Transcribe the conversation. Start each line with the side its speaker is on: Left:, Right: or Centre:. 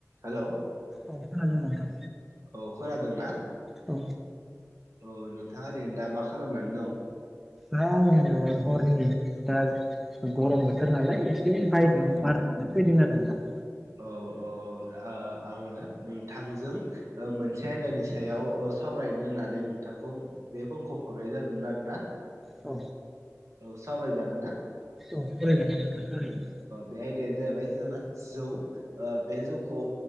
Right: Hello
Centre: औ खोनादों नोंथां
Right: औ खोनादोंना
Centre: औ
Right: औ नोंथाङा ओरैनो दा मा खालामनानै दं
Centre: दा आङो हरनि दा गरम बोथोर नालाय एसे बायजोआव
Right: औ
Centre: बार जानो फैदों आरो नोंथां
Right: औ औ आ आङो नोंथांजों। मोनसे आयदानि सायाव सावरायनो होननानै नोंथांखौ। बे फनखौ हरनाय जादोंमोन आरोना।
Centre: अ
Right: औ सावराय जागोनना।
Centre: औ सावराय जागोन नोंथां सावराय जागोन।
Right: बे आयदायानो जाहैबाय जोंना जौ। बे जौखौ